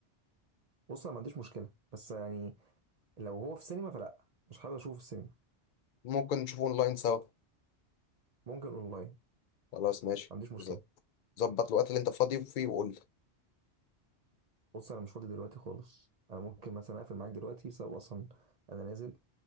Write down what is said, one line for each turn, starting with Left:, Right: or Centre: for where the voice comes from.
Right: بص انا ما عنديش مشكله بس يعني لو هو في سينما فلا مش حابب اشوفه في السينما
Left: ممكن نشوفه اونلاين سوا
Right: ممكن اونلاين ما
Left: خلاص ماشي
Right: عنديش مشكله
Left: بالظبط ظبط الوقت اللي انت فاضي فيه وقول لي.
Right: بص انا مش فاضي دلوقتي خالص انا ممكن مثلا اقفل معاك دلوقتي بسبب اصلا انا نازل